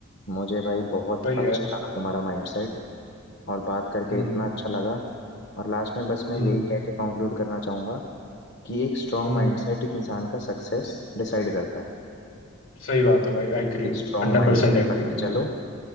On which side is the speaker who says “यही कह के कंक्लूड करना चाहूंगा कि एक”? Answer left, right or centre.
Left